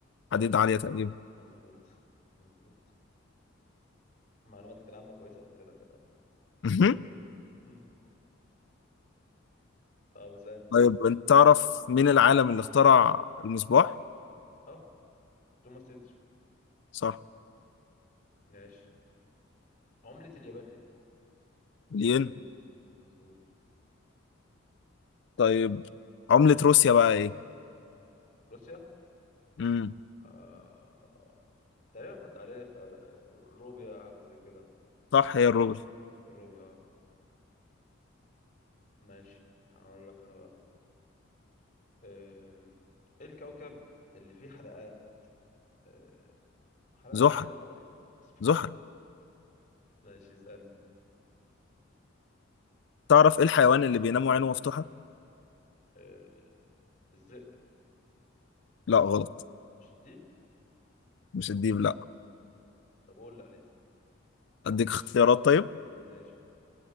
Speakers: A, on the left; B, on the left.
A: ايوه
B: حديد عالية تقريبا
A: مظبوط مظبوط معلوماتك العامه كويسه قلت لك انا
B: مهم.
A: مم. طب اسالني
B: طيب انت تعرف مين العالم اللي اخترع المصباح؟
A: اه توماس اديسون
B: صح
A: ماشي عمله اليابان ايه
B: الين
A: مظبوط
B: طيب عملة روسيا بقى ايه؟
A: روسيا
B: امم
A: آه... تقريبا كنت عارفها روبيا حاجه زي كده
B: صح هي الروبل
A: الروبيا اه ماشي هقول لك انا برضه آم، ايه الكوكب اللي فيه حلقات آه، حلقات
B: زحل
A: كده حواليه مظبوط
B: زحل
A: ماشي اسالني
B: تعرف ايه الحيوان اللي بينام وعينه مفتوحة؟
A: آه، الذئب
B: لا غلط
A: مش ديب
B: مش
A: ازاي
B: الديب لا
A: طب اقول اللي عليه
B: اديك اختيارات طيب
A: ماشي